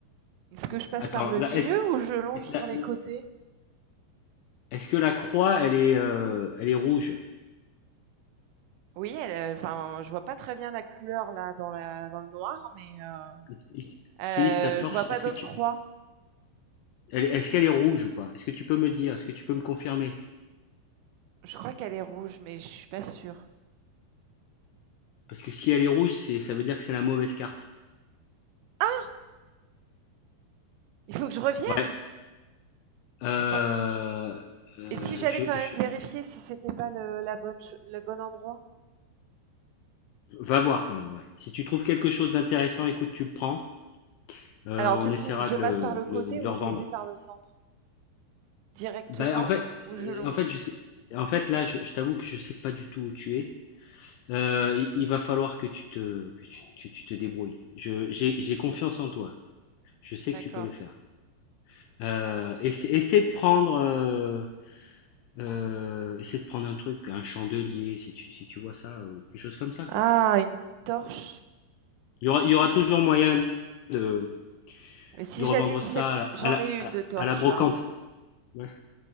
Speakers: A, on the right; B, on the left.
A: Est-ce que je passe
B: attends,
A: par le
B: là,
A: milieu
B: est-ce,
A: ou je longe sur
B: là,
A: les côtés?
B: est-ce que la croix, elle est, euh, elle est rouge?
A: Oui, elle, heu, enfin, je vois pas très bien la couleur là dans la dans le noir, mais, heu
B: Ut-
A: heu,
B: Utilise ta torche.
A: je vois pas
B: Est-ce
A: d'autres
B: que tu,
A: croix.
B: elle- est-ce qu'elle est rouge ou pas? Est-ce que tu peux me dire? Est-ce que tu peux me confirmer?
A: Je crois qu'elle est rouge, mais je suis pas sûre.
B: Parce que si elle est rouge, c'est, ça veut dire que c'est la mauvaise carte.
A: Ah! Il faut que je revienne,
B: Ouais, Heu
A: je crois.
B: heu,
A: Et si j'allais
B: je
A: quand même
B: je
A: vérifier si c'était pas le la bonne ch le bon endroit?
B: va voir quand même, ouais. Si tu trouves quelque chose d'intéressant, écoute, tu le prends, heu,
A: Alors
B: on
A: du
B: essaiera
A: coup, je
B: de
A: passe
B: le
A: par le côté
B: de le de
A: ou
B: le revendre.
A: je vais par le centre? Directement
B: Bah, en fait,
A: ou je longe?
B: heu, en fait, je sais en fait, là, je je t'avoue que je sais pas du tout où tu es. Heu, il il va falloir que tu te que tu que tu te débrouilles. Je j'ai j'ai confiance en toi. Je sais
A: D'accord.
B: que tu peux le faire. Heu, essaie essaie de prendre, heu heu, essaie de prendre un truc, un chandelier si tu si tu vois ça, ou quelque chose comme ça, quoi.
A: Ah, une torche.
B: Il y aura il y aura toujours moyen de
A: Mais si
B: De revendre
A: j'allume
B: ça
A: cette
B: à la,
A: j'en
B: à la,
A: ai
B: à-
A: une de torche
B: à la brocante.
A: là.
B: Ouais.